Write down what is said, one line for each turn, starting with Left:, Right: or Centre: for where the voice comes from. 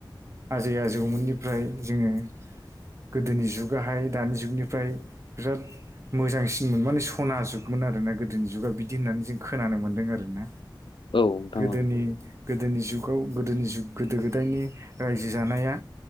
Right: आजै-आजौमोननि ओमफ्राय जोङो गोदोनि जुगाहाय दानि जुगनिफ्राय बिराद मोजांसिनमोन माने सना जुगमोन आरोना गोदोनि जुगा बिदि होननानै जों खोनानो मोन्दों आरोना।
Left: औ नोंथां
Right: गोदोनि
Left: औ
Right: गोदोनि जुगाव गोदोनि जुग गोदो-गोदायनि रायजो जानाया